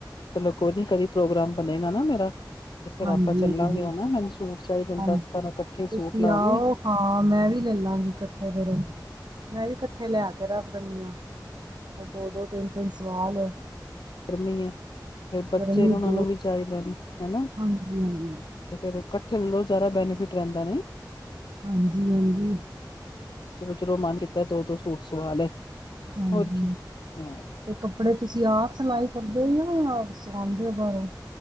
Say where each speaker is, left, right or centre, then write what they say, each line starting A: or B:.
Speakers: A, on the left (about 75°); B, on the right (about 70°).
A: ਚਲੋ ਕੋਈ ਨੀ ਕਦੀ ਪ੍ਰੋਗਰਾਮ ਬਣੇਗਾ ਨਾ ਮੇਰਾ ਤੇ ਫੇਰ
B: ਹਾਂਜੀ
A: ਆਪਾਂ ਚੱਲਾਂਗੇ
B: ਹਾਂਜੀ
A: ਹਨਾ ਮੈਨੂੰ ਸੂਟ ਚਾਹੀਦੇ ਨੇ
B: ਹਾਂਜੀ
A: ਦਸ ਬਾਰਾਂ ਇਕੱਠੇ ਸੂਟ
B: ਤੁਸੀਂ
A: ਲਾਂਗੇ
B: ਆਓ ਹਾਂ ਮੈਂ ਵੀ ਲੈਲਾਂਗੀ ਇਕੱਠੇ ਫੇਿਰ ਮੈਂ ਵੀ ਇਕੱਠੇ ਲੈ ਕੇ ਰੱਖ ਦਿੰਦੀ ਆਾਂ ਦੋ ਦੋ ਤਿੰਨ ਤਿੰਨ ਸਵਾਲ
A: ਗਰਮੀ ਹੈ ਫਿਰ ਬੱਚੇ
B: ਗਰਮੀ
A: ਨੇ ਉਹਨਾਂ
B: ਬਹੁਤ
A: ਨੂੰ ਵੀ ਚਾਹੀਦੇ ਨੇ ਹਨਾ
B: ਹਾਂਜੀ ਹਾਂਜੀ
A: ਤੇ ਫਿਰ ਕ ਥ ਜ਼ਿਆਦਾ ਬੈਨੀਫਿਟ ਰਹਿੰਦਾ ਨੇ
B: ਹਾਂਜੀ ਹਰ ਜੀ
A: ਚਲੋ ਚਲੋ ਮਨ ਕੀਤਾ ਦੋ ਦੋ ਸੂਟ ਸਵਾ ਲਏ
B: ਹਾਂਜੀ
A: ਹੋਰ ਕੀ ਹਾਂ
B: ਤੇ ਕੱਪੜੇ ਤੁਸੀਂ ਆਪ ਸਿਲਾਈ ਕਰਦੇ ਹੋ ਜਾਂ ਸੁਖਉਦੇ ਹੋ ਬਾਹਰੋਂ